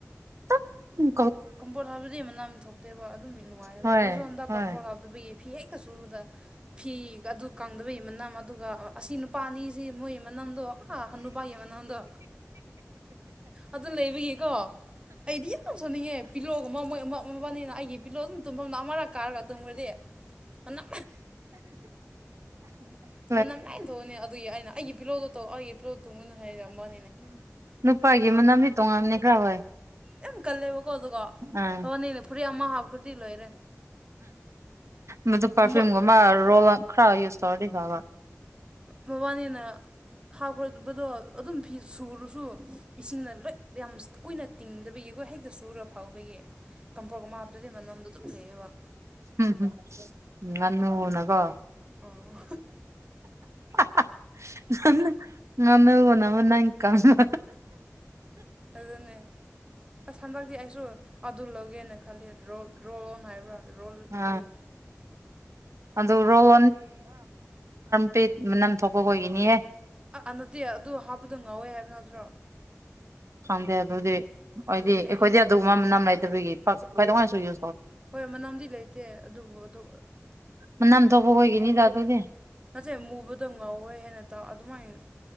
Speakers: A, on the right; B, on the right.
A: ꯑꯗꯨꯝ
B: ꯀꯝꯄꯣꯔꯠ ꯍꯥꯏꯕꯗꯤ ꯃꯅꯥ ꯃꯤ ꯊꯣꯛꯦꯕ ꯑꯗꯨꯝ ꯃꯤ ꯅꯨꯡꯉꯥꯏꯑꯕ
A: ꯍꯣꯏ
B: ꯑꯩꯈꯣꯏꯁꯨ ꯍꯟꯗꯛ
A: ꯍꯣꯏ
B: ꯀꯝꯄꯣꯔꯠ ꯑꯗꯨꯕꯨꯒꯤ ꯐꯤ ꯍꯦꯛꯀ ꯁꯨꯕꯗ ꯐꯤꯒ ꯑꯗꯨ ꯀꯪꯗꯕꯩ ꯃꯅꯝ ꯑꯗꯨꯒ ꯑꯁꯤ ꯅꯨꯄꯥ ꯑꯅꯤꯁꯤ ꯃꯣꯏ ꯃꯅꯝꯗꯣ ꯍꯥ ꯍꯅꯨꯚꯌꯥ ꯃꯅ ꯍꯗ ꯑꯗꯨ ꯂꯩꯕꯒꯤꯀꯣ ꯑꯩꯗꯤ ꯌꯥꯝ ꯁꯣꯟꯅꯤꯡꯉꯦ ꯄꯤꯜꯂꯣꯒꯨꯝꯕ ꯃꯣꯏ ꯑꯃꯅꯤꯅ ꯑꯩꯒꯤ ꯄꯤꯂꯣ ꯑꯗꯨꯝ ꯇꯨꯝꯐꯝꯅ ꯑꯃꯔꯛ ꯀꯥꯔꯒ ꯇꯨꯝꯈꯣꯏꯗꯤ ꯍꯅ
A: ꯑ
B: ꯅꯝ ꯂꯥꯏꯅ ꯊꯣꯛꯑꯅꯤ ꯑꯗꯨꯒꯤ ꯑꯩꯅ ꯑꯩ ꯄꯤꯂꯣꯠꯇꯣ ꯇꯧ ꯑꯩꯒꯤ ꯄꯤꯂꯣꯨ ꯃꯨꯟꯅ ꯍꯔꯑꯝꯕꯅ
A: ꯅꯨꯄꯥꯒꯤ ꯃꯅꯝꯗꯤ ꯇꯣꯡꯉꯝꯅꯤ ꯈꯔ ꯍꯣꯏ
B: ꯌꯥꯝ ꯀꯜꯂꯦꯕꯀꯣ ꯑꯗꯨꯒꯣ
A: ꯑꯥ
B: ꯍ ꯅꯅꯦ ꯐꯨꯔꯤꯠ ꯑꯃ ꯍꯥꯞꯈ꯭ꯔꯗꯤ ꯂꯣꯏꯔꯦ
A: ꯃꯗꯨ ꯄꯥꯔꯐ꯭ꯌꯨꯝꯒꯨꯝꯕ
B: ꯃꯣꯠ
A: ꯔꯣꯜ ꯈꯔ ꯌꯨꯁ ꯇꯧꯔꯗꯤ ꯐꯕ
B: ꯃ ꯋꯥꯅꯤꯅ ꯍꯥꯎꯈ꯭ꯔꯕꯗꯣ ꯑꯗꯨꯝ ꯐꯤ ꯁꯨꯔꯁꯨ ꯏꯁꯤꯡꯅ ꯂꯦꯛ ꯌꯥꯝ ꯀꯨꯏꯅ ꯇꯤꯡꯗꯕꯒꯤꯒꯣꯏ ꯍꯦꯛꯇ ꯁꯨꯔ ꯐꯥꯎꯕꯒꯤ ꯀꯝꯐꯣꯔꯒ ꯍꯥꯞꯇꯗꯤ ꯃꯅꯝꯗꯣ ꯑꯗꯨꯝ ꯂꯩꯌꯦꯕ
A: ꯎꯝꯝ ꯅꯟꯅ ꯎꯅꯒꯣ
B: ꯑꯣ
A: <inaudible> ꯉꯝꯕꯣ ꯅ ꯃ ꯅꯪ ꯀꯪꯕ
B: ꯑꯗꯨꯅꯦ ꯑꯁ ꯍꯟꯗꯛꯇꯤ ꯑꯩꯁꯨ ꯑꯗꯨ ꯂꯧꯒꯦꯅ ꯈꯜꯂꯦ ꯔꯣꯜ ꯑꯣꯟ ꯍꯥꯏꯕ꯭ꯔꯥ ꯔꯣꯜ
A: ꯑ
B: ꯀꯔꯤ
A: ꯑꯗꯨꯗ ꯔꯣ ꯎ ꯄꯦꯠ ꯅꯝ ꯊꯣꯛꯄ ꯀ ꯑꯣꯏꯈꯤꯅꯤꯍ
B: ꯑ ꯅꯠꯇꯦ ꯑꯗꯨ ꯍꯥꯞꯄꯗꯣ ꯉꯥꯎꯋꯦ ꯍꯥꯏꯕ ꯅꯠꯇ꯭ꯔꯣ
A: ꯈꯪꯗꯦ ꯑꯗꯨꯗꯤ ꯍꯥꯏꯗꯤ
B: ꯑꯗꯨꯒꯤ
A: ꯑꯩꯈꯣꯏꯗꯤ
B: ꯑꯩ
A: ꯑꯗꯨꯒꯨꯝꯕ ꯅꯝ ꯂꯩꯇꯕꯒꯤꯋꯥꯁꯨ ꯌꯨ
B: ꯍꯣꯏ ꯃꯅꯝꯗꯤ ꯂꯩꯇꯦ ꯑꯗꯨꯕꯨ ꯑꯗꯣ
A: ꯃꯅꯝ ꯊꯣꯛꯄ ꯈꯣꯏꯒꯤꯅꯤꯗ
B: ꯃꯨꯕꯗꯣ
A: ꯑꯗꯨꯗꯤ
B: ꯅꯠꯇꯦ ꯃꯨꯕꯗ ꯉꯥꯎꯋꯦ ꯍꯦꯟꯅ ꯇꯥꯛ ꯑꯗꯨꯃꯥꯏꯅ